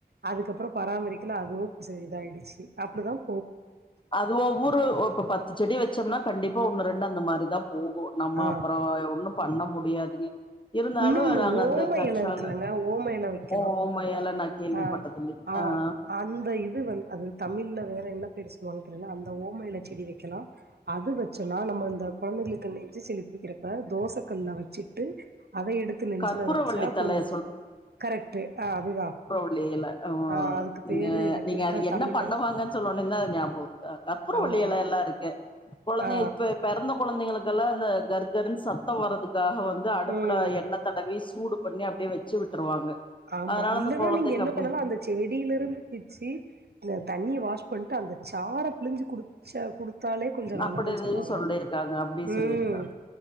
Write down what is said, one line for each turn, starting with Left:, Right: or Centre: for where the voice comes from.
Right: அதுக்கப்புற பராமரிக்கல அதுவும் செ இதாயிடுச்சு அப்டிதாம்
Left: அது ஒவ்வொரு இப்ப பத்து செடி வெச்சம்னா கண்டிப்பா ஒன்னு ரெண்டு அந்த மாரிதாப் போகு நம்ம
Right: ஆ
Left: அப்புறோ ஒண்ணும் பண்ண மு முடியாதுங்க இருந்தாலு
Right: இன்னோன்னு
Left: நாங்க அந்த
Right: ஓம
Left: கற்றால
Right: எல இருக்குலங்க ஓம எல வெக்கலா
Left: ஓம எல நா கேள்விப்பட்டதில்லை
Right: அ ஆ
Left: ஆஹ்
Right: அந்த இது வந் அது தமிழ்ல வேற என்ன பேர் பேர் சொல்லுவாங்க தெரியுங்களா அந்த ஓம எலை செடி வொக்கலா அது வெச்சொன்னா நம்ம இந்த கொழந்தைகளுக்கு நெஞ்சு சளி புடிக்குறப்ப தோச கல்ல வச்சுட்டு அத எடுத்து நெஞ்சுல
Left: கற்பூரவள்ளி
Right: வெச்சா
Left: தழைய
Right: கொஞ்சோ கரெக்ட்டு அதுதா
Left: வள்ளி எல அ
Right: ஆ அதுக்கு
Left: நீங்க
Right: பேரு எனக்கு
Left: நீங்க
Right: அதா
Left: அது என்ன
Right: தமிழ்ல
Left: பண்ணுவாங்கன் சொன்னோனதா அது ஞாபகோ வருது கற்பூரவள்ளி
Right: ஆமாமா
Left: எலையெல்லா இருக்கு கொழந்தைக
Right: ஆ
Left: இப்ப பெறந் கொழந்தைங்களுக்கெல்லா அந்த கர்ப் கர்னு சத்தோ வரதுக் க்காக வந்து அடுப்புல
Right: ம்
Left: எண்ணத் டவி சூடு பண்ணி அப்டியே வெச்சு விட்டுருவாங்க
Right: ஆமா
Left: அதனால
Right: இல்லன்னா
Left: அந்த கொழந்தைக்கு
Right: நீங்க என்ன
Left: அப்டி
Right: பண்ணலாம் அந்த செடில இருந்து பிச்சு இந்த தண்ணி வாஷ் பண்ணிட்டு அந்த சார பிழிஞ்சு குடு ஷா குடுத் தாலே கொஞ்ச நல்லதுன்
Left: அப்டி
Right: சொல்லுவாங்க
Left: சொல்லிருக்காங்க அப்டி சொல்லிருக்காங்க
Right: ம்